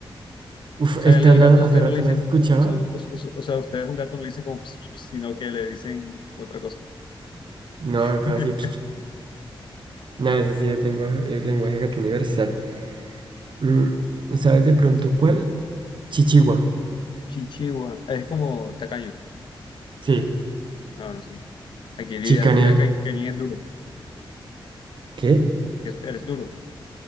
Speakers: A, on the right; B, on the left.
A: Uf,
B: O sea,
A: esta
B: al, al
A: la,
B: gato ustedes
A: hace rato
B: no le dicen,
A: no la escuchaba.
B: o sea, u- u- o, sea, ustedes a un gato no le dicen como, "Ps, ps", sino que le dicen otra cosa.
A: No,
B: <laughs>
A: acá sí. Nada, eso sí es lenguaje, es lenguaje gato universal. Mm, ¿sabes de pronto cuál? Chichigua.
B: Chichihua. Es como tacaño.
A: Sí,
B: Ah, bueno, sí. Aquí dirías,
A: chicanear.
B: dirías que, que alguien es duro,
A: ¿Qué?
B: que es- eres duro.